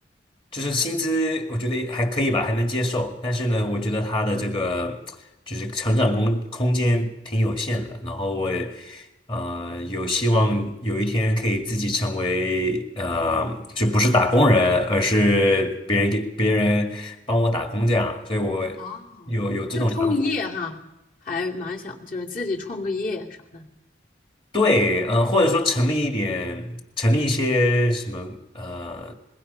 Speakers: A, on the left (about 25°); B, on the left (about 45°).
A: 就是薪资我觉得也还可以吧，还能接受，但是呢，我觉得他的这个就是成长空空间挺有限的，然后我也呃有希望有一天可以自己成为呃就不是打工人，而是别人给别人帮我打工这样，所以我
B: 哦，
A: 有有这种想法。
B: 就创业哈，还蛮想就是自己创个业啥的。
A: 对，呃，或者说成立一点，成立一些什么，呃，